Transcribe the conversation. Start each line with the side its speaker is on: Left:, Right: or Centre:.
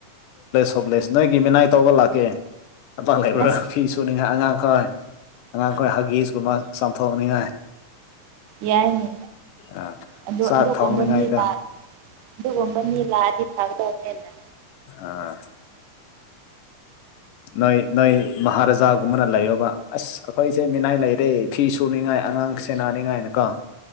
Left: ꯍꯤꯞꯂꯦꯁ ꯅꯣꯏꯒꯤ ꯃꯤꯅꯥꯏ ꯇꯧꯕ ꯂꯥꯛꯀꯦ ꯊꯕꯛ ꯂꯩꯕ꯭ꯔꯥ
Right: ꯑꯁ
Left: ꯐꯤ ꯁꯨꯅꯤꯉꯥꯏ ꯑꯉꯥꯡ ꯑꯩꯈꯣꯏ ꯑꯉꯥꯡꯈꯣꯏ ꯍꯒꯤꯁ ꯀꯨꯝꯕ ꯆꯥꯝꯊꯣꯛꯅꯤꯡꯉꯥꯏ
Right: ꯌꯥꯏꯅꯦ
Left: ꯑꯥ
Right: ꯑꯗꯨ
Left: ꯆꯥꯛ
Right: ꯑꯗꯨꯒꯨꯝꯕ
Left: ꯊꯣꯡꯅꯤꯡꯉꯥꯏꯒ
Right: ꯃꯤ ꯂ ꯑꯗꯨꯒꯨꯝꯕ ꯃꯤ ꯂꯥꯛꯑꯗꯤ ꯐꯒꯗꯧꯅꯦꯅ
Left: ꯑꯥ ꯅꯣꯏ ꯅꯣꯏ ꯃꯍꯥꯔꯥꯖꯥꯒꯨꯝꯕꯅ ꯂꯩꯌꯣꯕ ꯑꯁ ꯑꯩꯈꯣꯏꯁꯦ ꯃꯤꯅꯥꯏ ꯂꯩꯔꯦ ꯐꯤ ꯁꯨꯅꯤꯡꯉꯥꯏ ꯑꯉꯥꯡ ꯁꯦꯟꯅꯅꯤꯡꯉꯥꯏꯅꯀꯣ